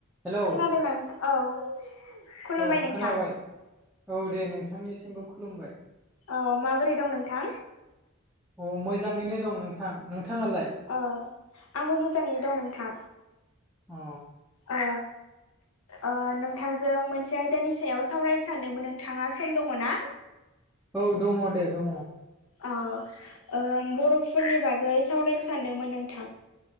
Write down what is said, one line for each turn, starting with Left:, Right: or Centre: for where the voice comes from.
Centre: हेलौ
Left: खोनादों नोंथां औ खुलुमबाय
Centre: औ
Left: नोंथां
Centre: खोनाबाय औ दे नोंथांनिसिमबो खुलुमबाय
Left: औ माबोरै दं नोंथां
Centre: अ मोजांङैनो दं नोंथां नोंथांङालाय
Left: औ आंबो मोजाङै दं नोंथां।
Centre: अ
Left: ओ ओ नोंथांजों मोनसे आयदानि सायाव सावरायनो सानदोंमोन नोंथाङा सम दङ ना।
Centre: औ दङ दे दङ।
Left: औ ओ बर'फोरनि बागै सावरायनो सानदोंमोन नोंथां।